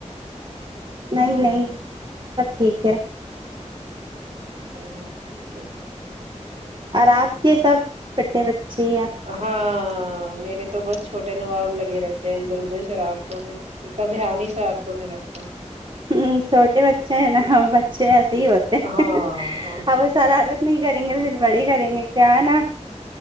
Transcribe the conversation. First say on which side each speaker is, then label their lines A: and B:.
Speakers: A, on the right; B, on the right.
A: نہیں نہیں سب ٹھیک ہے
B: چلے گھی
A: اور آپ کے سب چھوٹے بچے آپ
B: ہاں میرے تو بس چھوٹے نواب لگے رہتے ہیں ادھر ادھر شرارتو میں ان کا دھیان ہی شرارتو میرے ادر
A: ہ چھوٹے بچے ہیں نا بچے ایسے ہی ہوتے
B: ہاں
A: ہیں۔ ہاں وہ شرارت نہیں کریں گے تو پھر بڑے کریں گے کیانا